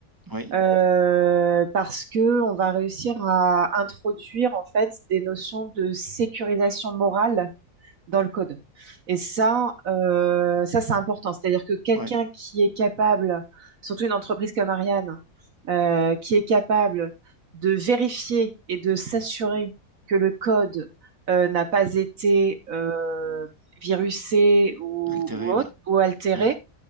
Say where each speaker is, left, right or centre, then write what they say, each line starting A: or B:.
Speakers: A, on the right; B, on the right.
A: ouais,
B: euh, parce que on va réussir à introduire en fait des notions de sécurisation morale dans le code. Et ça, euh, ça c'est important. C'est-à-dire que quelqu'un
A: ouais.
B: qui est capable, surtout une entreprise comme Ariane, euh, qui est capable de vérifier et de s'assurer que le code euh, n'a pas été euh, virusé ou,
A: Altéré,
B: ou, autre-
A: oui.
B: ou altéré,
A: Ouais,